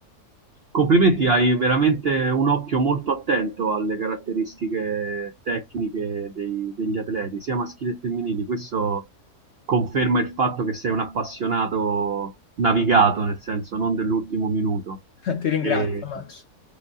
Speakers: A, on the right; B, on the left.
A: Complimenti, hai veramente un occhio molto attento alle caratteristiche tecniche dei- degli atleti, sia maschili che femminili. Questo conferma il fatto che sei un appassionato navigato, nel senso non dell'ultimo minuto.
B: <laughs> Ti ringrazio,
A: E,
B: Max.